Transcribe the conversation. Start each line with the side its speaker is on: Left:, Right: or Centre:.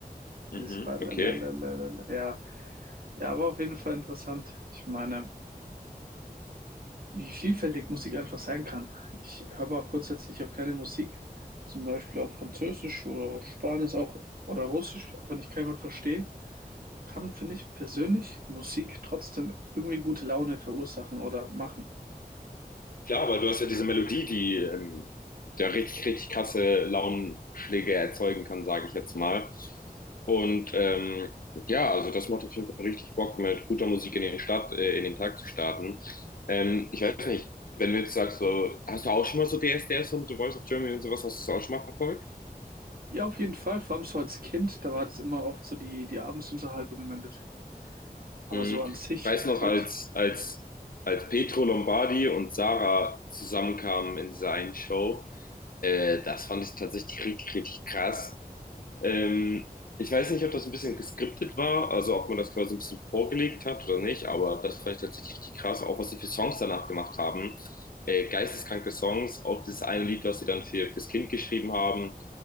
Right: Dieses
Left: Mhm,
Right: Balalalalala.
Left: okay.
Right: Ja, ja, aber auf jeden Fall interessant. Ich meine, wie vielfältig Musik einfach sein kann. Ich habe auch grundsätzlich auch keine Musik, zum Beispiel auch Französisch oder Spanisch auch oder Russisch, auch wenn ich kein Wort verstehe, kann, finde ich persönlich, Musik trotzdem irgendwie gute Laune verursachen oder machen.
Left: Klar, weil du hast ja diese Melodie, die ähm, ja richtig, richtig krasse Launenschläge erzeugen kann, sage ich jetzt mal. Und ähm, ja, also das macht auf jeden Fall richtig Bock, mit guter Musik in den Start, äh, in den Tag zu starten. Ähm, ich weiß nicht, wenn du jetzt sagst, so, hast du auch schon mal so DSDS und The Voice of Germany und sowas, hast du das auch schon mal verfolgt?
Right: Ja, auf jeden Fall, vor allem so als Kind, da war das immer oft so die, die Abendsunterhaltung im Endeffekt. Aber
Left: Mhm.
Right: so an sich,
Left: Ich weiß noch,
Right: heute,
Left: als, als, als Pietro Lombardi und Sarah zusammenkamen in dieser einen Show, äh, das fand ich tatsächlich richtig, richtig krass. Ähm, ich weiß nicht, ob das ein bisschen geskriptet war, also ob man das quasi ein bisschen vorgelegt hat oder nicht, aber das fand ich tatsächlich richtig krass, auch was sie für Songs danach gemacht haben. Äh, geisteskranke Songs, auch dieses eine Lied, was sie dann für, fürs Kind geschrieben haben,